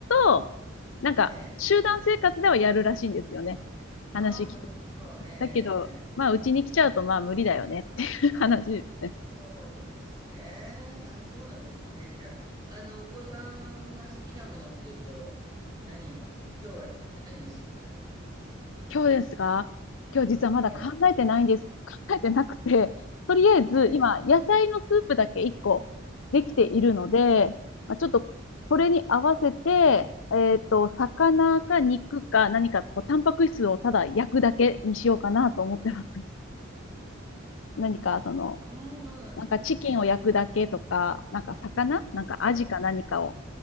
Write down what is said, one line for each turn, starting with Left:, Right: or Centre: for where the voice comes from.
Left: と、なんか、
Right: ええ。
Left: 集団生活ではやるらしいんですよね。話聞く。
Right: ああ、なるほど。ええええええ。
Left: だけど、まあ、うちに来ちゃうと、まあ、無理だよねっていう話ですね。
Right: そうですね。あ、そうなんですね。じゃあ、あの、お子さんが好きなものっていうと、何になる今日は何にするんですか、じゃあ。
Left: 今日ですか今日実はまだ考えてないんです。
Right: ええ、
Left: 考えてなくて、<laughs> とりあえず今、
Right: え
Left: 野菜のスープだけ1個できているので、まあ、ちょっとこれに合わせて、
Right: え、ええ。
Left: えっと、魚か肉か何か、こう、タンパク質をただ焼くだけにしようかなと思ってます。<laughs> 何か、その、
Right: ああ、そうなんですね。
Left: なんかチキンを焼くだけとか、なんか魚なんかアジか何かを
Right: ええ、